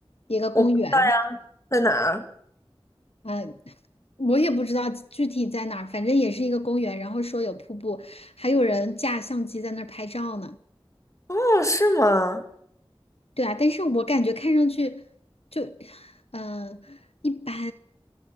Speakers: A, on the left (about 85°); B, on the left (about 30°).
A: 一个公园，
B: 我不知道。在哪儿？
A: 呃，我也不知道具体在哪儿，反正也是一个公园。然后说有瀑布，还有人架相机在那儿拍照呢。
B: 哦，是吗？
A: 对啊，但是我感觉看上去就，嗯、一般